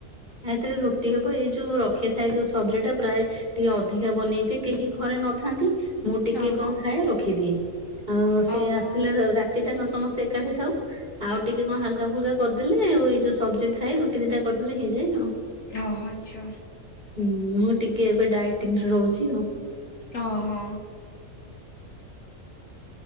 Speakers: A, on the right; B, on the left.
A: ରାତିରେ ରୁଟି ହବ ଏଇ ଯୋଉ ରଖିଥାଏ ଯୋଉ ସବଜି ଟା ପ୍ରାୟ ଟିକେ ଅଧିକା ବନେଇଦିଏ କେହି ଘରେ ନଥାନ୍ତି ମୁଁ ଟିକେ
B: ଓହୋ
A: କଣ ଖାଏ ରଖିଦିଏ ଆଉ ସେ
B: ଓହୋ
A: ଆସିଲେ ରା ରାତି ତିଟା କଣ ସମସ୍ତେ ଏକାଠି ଥାଉ ଆଉ ଟିକେ କଣ ହାଲକା ଫୁଲକା କରିଦେଲେ ଆଉ ଏଇ ଯୋଉ ସବ୍ଜି ଥାଏ ରୁଟି ଦିଟା କରି ଦେଲେ ହେଇ ଯାଏ।
B: ଓହୋ ଆଚ୍ଛା।
A: ହୁଁ ମୁଁ ଟିକେ ଏବେ ଡାଏଟିଂରେ ରହୁଛି ଆଉ।
B: ଓହୋ।